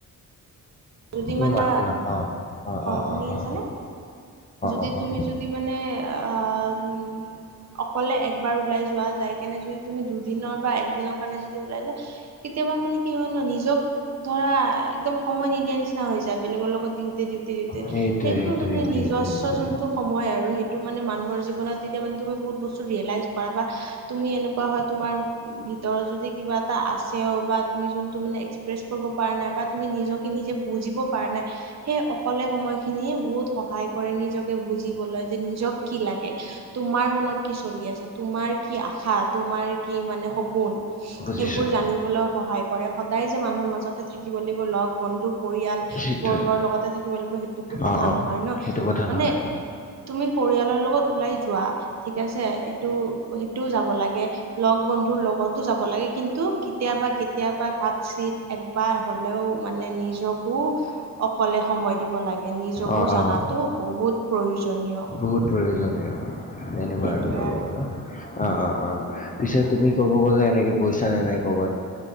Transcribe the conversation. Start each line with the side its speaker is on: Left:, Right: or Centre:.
Right: যদি
Left: তুমি
Right: মানে
Left: মাত দিবা অ', অ', অ',
Right: শুনি
Left: অ', অ',
Right: আছানে
Left: অ',
Right: যদি
Left: অ অ
Right: তুমি
Left: অ
Right: যদি মানে অ' অকলে একবাৰ ওলাই যোৱা যাই কেনে যদি তুমি দুদিনৰ বা একদিনৰ কাৰণে যদি ওলাই যোৱা কেতিয়াবা মানে কি হয় ন নিজক ধৰা একদম সময় নিদিয়া নিচিনা হৈ যায় বেলেগৰ লগত দিওঁতে দিওঁতে।
Left: সেইটোৱে
Right: সেইটো
Left: সেইটোৱে
Right: মানে
Left: সেইটোৱে সেইটোৱে
Right: নিজস্ব
Left: সেইটোৱে
Right: যোনটো সময় আৰু সেইটো মানে মানুহৰ জীৱনত তেতিয়া মানে তুমি বহুত বস্তু ৰিয়েলাইজ কৰা বা তুমি এনেকুৱা হয় তোমাৰ ভিতৰত যদি কিবা এটা আছে অ' বা তুমি যোনটো মানে এক্সপ্ৰেছ কৰিব পৰা নাই বা তুমি নিজক নিজে বুজিব পাৰ নাই সেই অকলে সময় খিনিয়ে বহুত সহায় কৰে নিজকে বুজিবলৈ যে নিজক কি লাগে। তোমাৰ মনত কি চলি আছে, তোমাৰ কি আশা, তোমাৰ কি মানে সপোন,
Left: বুজিছো
Right: সেইবোৰ জানিবলৈ সহায় কৰে। কৰে সদায় যে মানুহৰ মাজতে থাকিব লাগিব লগ- বন্ধু, পৰিয়াল-বৰ্গৰ
Left: সেইটোৱে
Right: লগতে থাকিব লাগিব সেইটো টো কথা
Left: অ অ
Right: নহয় ন।
Left: সেইটো কথা
Right: মানে
Left: নহয়
Right: তুমি পৰিয়ালৰ লগত ওলাই যোৱা ঠিক আছে সেইটো সেইটোও যাব লাগে। লগ বন্ধুৰ লগতো যাব লাগে কিন্তু কেতিয়াবা কেতিয়াবা কাট চিত। একবাৰ হ'লেও মানে নিজকো অকলে সময় দিব লাগে। গে নিজকো
Left: অ
Right: জাতো
Left: অ
Right: বহুত প্ৰয়োজনীয়।
Left: বহুত প্ৰয়োজনীয় এনেকুৱা
Right: সেইটোৱে
Left: ক'ব
Right: আৰু।
Left: গ'লে অ' অ' অ' পিছেত তুমি ক'ব গলে এনেকে পইচা নে নাই কৰ'বাত।